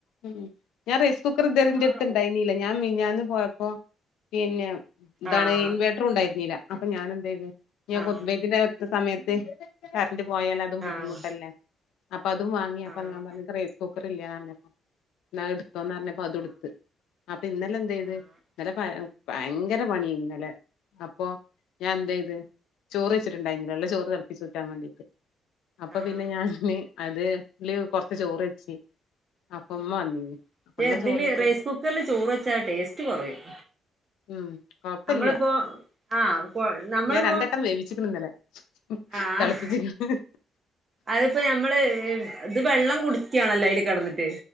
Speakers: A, on the left; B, on the right.
A: ഉം ഞാൻ റൈസ് കുക്കർ ഇതെരെന്റെട്ത്ത്ണ്ടായിനീല
B: ഉഷാറാവും
A: ഞാൻ മിഞ്ഞാന്ന് പോയപ്പോ പിന്നെ ഇതാണ്
B: ആഹ്
A: ഇൻവേർട്ടറും ഉണ്ടായിരുന്നില്ല അപ്പൊ ഞാനെന്തെയ്‌തു ഞ്ഞിയാ
B: ആഹ്
A: കുത്ബൈതിന്റെ സമയത്ത് കർ ന്റ് പോയാലും അതും ബുദ്ധിമുട്ടല്ലേ
B: ആഹ്
A: പ്പ അതും വാങ്ങിയപ്പ
B: ആഹ്
A: ഞാൻ പറഞ്ഞു ക്ക് റൈസ്കുക്കും കറില്ല്യാറഞ്ഞപ്പോ നാ അത്‌ട് തോന്നറഞ്ഞപ്പോ
B: ആഹ്
A: അതുടുത്ത് അപ്പൊ ഇന്നലെ എന്തെയ്ത്
B: ആഹ്
A: ഇന്നലെ പയ ഭയങ്കര പണിയേന്നലെ അപ്പൊ ഞാൻ ന്തെയ്ത് ചോറ് വെച്ചിട്ടുണ്ടായിന്നില്ല ള്ള ചോറ് തിളപ്പിച്ചുറ്റാൻ മേണ്ടീട്ട് അപ്പൊ
B: ആഹ്
A: പിന്നെ ഞാൻന്ന് അത് ല്ല് കൊറച്ച് ചോറ് വെച്ച് അപ്പ ഉമ്മ
B: ഉം
A: വന്നിരുന്നു അപ്പള്ള
B: അതില്
A: ചോറേറ്റ്
B: റൈസ് കുക്കറില് ചോറ് വെച്ചാ ടേസ്റ്റ് കൊറയും
A: ഉം കൊഴപ്പല്ല്യ
B: നമ്മളിപ്പോ ആഹ് കൊ നമ്മളിപ്പോ
A: ഞാൻ രണ്ടട്ടം വേവിച്ചിക്ക്ണ് ഇന്നലേ
B: ആഹ്
A: തിളപ്പിച്ചേക്ക്ണ്
B: അതിപ്പോ ഞമ്മള് ഏഹ് ഇത് വെള്ളം തുടിക്കാണല്ലേ അതില് കെടന്നിട്ട്